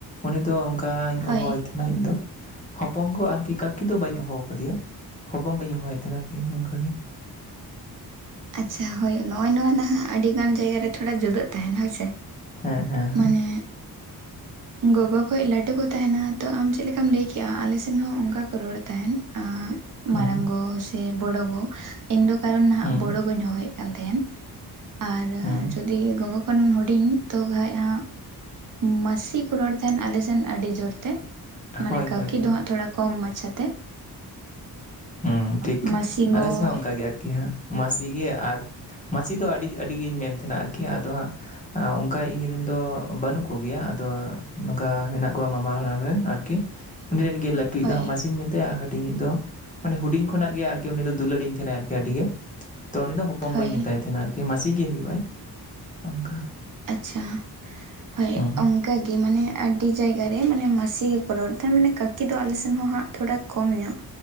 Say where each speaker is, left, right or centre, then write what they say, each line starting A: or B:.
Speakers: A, on the left (about 20°); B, on the right (about 55°).
A: ᱩᱱᱤ ᱫᱚ ᱚᱱᱠᱟᱧ
B: ᱦᱳᱭ
A: ᱦᱚᱦᱚᱣᱟᱭ ᱛᱟᱦᱮᱱᱟ ᱤᱧ ᱫᱚ᱾ ᱦᱚᱯᱚᱝ ᱜᱚ ᱟᱨᱠᱤ, ᱠᱟᱠᱤ ᱫᱚ ᱵᱟᱹᱧ ᱦᱚᱦᱚᱣᱟ ᱟᱠᱟᱫᱮᱭᱟ। ᱦᱚᱯᱚᱝ ᱜᱚᱧ ᱦᱚᱦᱚᱣᱟᱭ ᱛᱟᱦᱮᱱᱟ ᱟᱨᱠᱤ ᱱᱚᱝᱠᱟ ᱜᱮ᱾
B: ᱟᱪᱪᱷᱟ ᱦᱳᱭ ᱱᱚᱜᱼᱚᱭ ᱱᱚᱣᱟ ᱱᱟᱦᱟᱜ ᱟᱹᱰᱤ ᱜᱟᱱ ᱡᱟᱭᱜᱟ ᱨᱮ ᱛᱷᱚᱲᱟ ᱡᱩᱫᱟᱹᱜ ᱛᱟᱦᱮᱱᱟ ᱦᱳᱭ ᱥᱮ᱾
A: ᱦᱮᱸ ᱦᱮᱸ ᱦᱮᱸ
B: ᱢᱟᱱᱮ ᱟᱸᱜᱼᱼ ᱜᱚᱜᱚ ᱠᱷᱚᱡ ᱞᱟᱹᱴᱩ ᱠᱚ ᱛᱟᱦᱮᱱᱟ ᱛᱚ᱾ ᱟᱢ ᱪᱮᱫ ᱞᱮᱠᱟᱢ ᱞᱟᱹᱭ ᱠᱮᱭᱟ ᱟᱞᱮ ᱥᱮᱱ ᱦᱚᱸ ᱚᱱᱠᱟ ᱠᱚ ᱨᱚᱲ ᱛᱟᱦᱮᱱ᱾ ᱮᱸᱜ
A: ᱦᱩᱸ
B: ᱢᱟᱨᱟᱝ ᱜᱚ ᱥᱮ ᱵᱚᱲᱚ ᱜᱚ, ᱤᱧ ᱫᱚ ᱠᱟᱨᱚᱱ ᱱᱟᱦᱟᱜ
A: ᱦᱩᱸ
B: ᱵᱚᱲᱚ ᱜᱚᱧ ᱦᱚᱦᱚᱭᱮᱫ ᱠᱟᱱ ᱛᱟᱦᱮᱱ᱾ ᱟᱨ
A: ᱦᱩᱸ
B: ᱡᱩᱫᱤ ᱜᱚᱜᱚ ᱠᱷᱚᱱ ᱦᱩᱰᱤᱧ ᱛᱚ ᱠᱷᱟᱡ ᱦᱟᱸᱜᱼᱼ ᱢᱟᱹᱥᱤ ᱠᱚ ᱨᱚᱲ ᱛᱟᱦᱮᱱ ᱟᱞᱮ ᱥᱮᱱ ᱟᱹᱰᱤ ᱡᱳᱨ ᱛᱮ᱾ ᱢᱟᱱᱮ
A: ᱦᱳᱭ
B: ᱠᱟᱹᱠᱤ
A: ᱦᱳᱭ ᱦᱳᱭ
B: ᱫᱚ ᱦᱟᱸᱜ, ᱛᱷᱚᱲᱟ ᱠᱚᱢ ᱢᱟᱪᱷᱟᱛᱮ᱾
A: ᱦᱩᱸ ᱴᱷᱤᱠ
B: ᱢᱟᱹᱥᱤ ᱜᱚ
A: ᱟᱞᱮ ᱥᱮᱫ ᱦᱚᱸ ᱚᱱᱠᱟ ᱜᱮ ᱟᱨ ᱠᱤ ᱦᱟᱸ᱾ ᱢᱟᱹᱥᱤ ᱜᱮ ᱟᱨᱼᱼ ᱢᱟᱹᱥᱤ ᱫᱚ ᱟᱹᱰᱤ ᱟᱹᱰᱤᱜᱤᱧ ᱢᱮᱱ ᱛᱟᱦᱮᱱᱟ ᱟᱨᱠᱤ ᱟᱫᱚ ᱦᱟᱸᱜᱼᱼ ᱚᱱᱠᱟ ᱤᱧ ᱨᱮᱱ ᱫᱚ ᱵᱟᱹᱱᱩᱜ ᱠᱚ ᱜᱮᱭᱟ᱾ ᱟᱫᱚ ᱱᱚᱝᱠᱟ ᱢᱮᱱᱟᱜ ᱠᱚᱣᱟ ᱢᱟᱢᱟ ᱦᱟᱲᱟᱢ ᱨᱮᱱ ᱟᱨᱠᱤ᱾ ᱩᱱᱤ ᱨᱮᱱ ᱜᱮ ᱞᱟᱹᱴᱩᱭᱤᱡ
B: ᱦᱳᱭ
A: ᱫᱚ ᱢᱟᱹᱥᱤ ᱢᱮᱛᱟᱭᱟ ᱟᱨ ᱦᱩᱰᱤᱧ ᱫᱚ᱾ ᱢᱟᱱᱮ ᱦᱩᱰᱤᱧ ᱠᱷᱚᱱᱟᱜ ᱜᱮ ᱟᱨᱠᱤ ᱩᱱᱤ ᱫᱚ ᱦᱩᱰᱤᱧ ᱠᱷᱚᱱᱟᱜ ᱜᱮ ᱟᱨ ᱠᱤ ᱩᱱᱤ ᱢᱟᱱᱮ ᱦᱩᱰᱤᱧ ᱠᱷᱚᱱᱟᱜ ᱜᱮ ᱟᱨᱠᱤ ᱤᱱᱤ ᱫᱚ ᱫᱩᱞᱟᱹᱲᱤᱧ ᱛᱟᱦᱮᱱᱟ ᱟᱹᱰᱤ ᱜᱮ ᱾ ᱛᱚ ᱩᱱᱤ ᱫᱚ ᱦᱚᱯᱚᱝ
B: ᱦᱳᱭ
A: ᱜᱚ ᱢᱮᱛᱟᱭ ᱛᱟᱦᱮᱱᱟ ᱟᱨᱼᱼ ᱢᱟᱹᱥᱤ ᱜᱮ ᱦᱩᱭᱩᱜ-ᱟᱭ, ᱚᱱᱠᱟ᱾
B: ᱟᱪᱪᱷᱟ, ᱦᱳᱭ
A: ᱦᱩᱸ
B: ᱚᱱᱠᱟ ᱜᱮ ᱢᱟᱱᱮ ᱟᱹᱰᱤ ᱡᱟᱭᱜᱟ ᱨᱮ ᱢᱟᱱᱮ ᱢᱟᱹᱥᱤ ᱜᱮᱠᱚ ᱨᱚᱲᱼᱼ ᱢᱟᱱᱮ ᱠᱟᱹᱠᱤ ᱫᱚ ᱟᱞᱮ ᱥᱮᱱ ᱦᱚᱸ ᱦᱟᱸᱜ ᱛᱷᱚᱲᱟ ᱠᱚᱢ ᱧᱚᱜ,